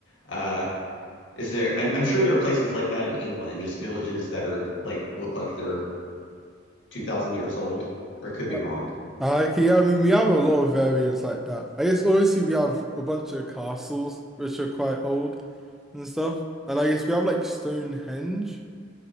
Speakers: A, on the left (about 70°); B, in the centre.
A: Uh is there I'm, I'm sure there are places like that in England, just villages that are like look like they're 2000 years old, or it could be
B: Uh,
A: wrong.
B: Okay, yeah, I mean, we have a lot of areas like that. I guess obviously we have a bunch of castles, which are quite old and stuff. And I guess we have like Stonehenge,